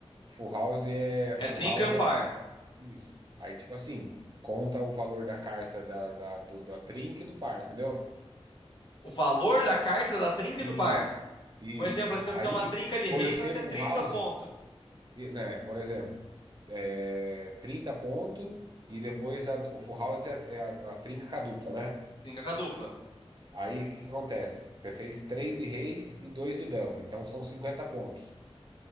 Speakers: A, on the right; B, on the left.
A: Full house é.
B: É
A: Full
B: trinca
A: house
B: e um par.
A: é é isso. Aí, tipo assim, conta o valor da carta da, da, do, da trinca e do par, entendeu?
B: O valor da carta é da trinca
A: Isso.
B: e do par.
A: Isso.
B: Um exemplo, é se
A: Aí,
B: eu fizer uma trinca de
A: por
B: reis,
A: ser
B: vai ser
A: full
B: 30
A: house,
B: pontos.
A: e, né, por exemplo, é, 30 pontos e depois a- o full house é, a, é a, a trinca com a dupla, né?
B: Trinca a dupla.
A: Aí o que que acontece? Você fez três de reis e dois de dama, então são 50 pontos,